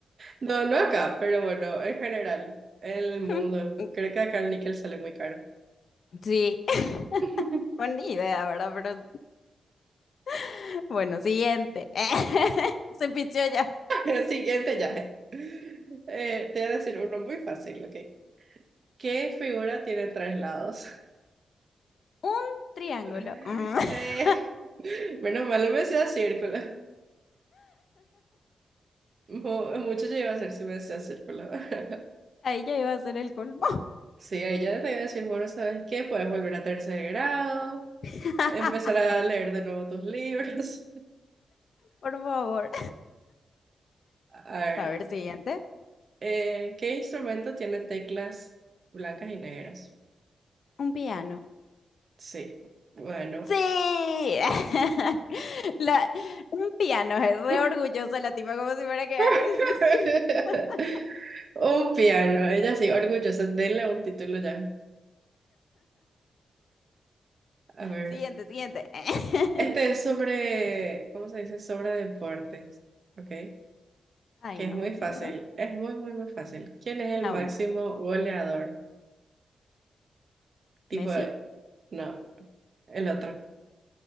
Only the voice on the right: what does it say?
No, no acá, pero bueno, en general, en el mundo.
Creo que acá el níquel sale muy caro.
<laughs>
El Siguiente ya. Eh, te voy a decir uno muy fácil, ¿ok? ¿Qué figura tiene tres lados?
<laughs>
Eh, menos mal no me decía círculo. Mu- mucho yo iba a hacer si me decía círculo. <laughs>
Sí, a ella te voy a decir, bueno, ¿sabes qué? Puedes volver a tercer grado,
empezar a leer de nuevo tus libros.
<laughs> A ver,
eh, ¿qué instrumento tiene teclas blancas y negras?
Sí, bueno.
<laughs>
<laughs>
Un piano, ella sí, orgullosa, denle un título ya. A ver,
este es sobre, ¿cómo se dice? Sobre deportes, ¿ok?
Que
es muy
fácil, es muy, muy, muy fácil. ¿Quién es el
máximo
goleador? Tipo,
no, el otro.